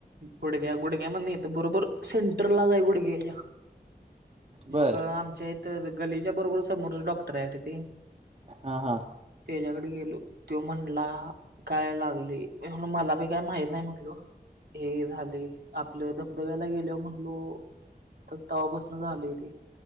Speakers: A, on the right (about 70°); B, on the right (about 40°).
A: गुडघ्या, गुडघ्या मधन येत बरोबर सेंटरलाच हाय गुडघ्याच्या.
B: बर
A: मग आमच्या इथ गलीच्या बरोबर समोरच डॉक्टर आहेरे ते.
B: हा हा.
A: त्याच्याकडे गेलो. तो म्हणला काय लागले. मी म्हणलो मला बी काय माहीत नाही म्हणलो. हे झालेय. आपलं धबधब्याला गेल्याव म्हणलो त तवापासनं झालंय ते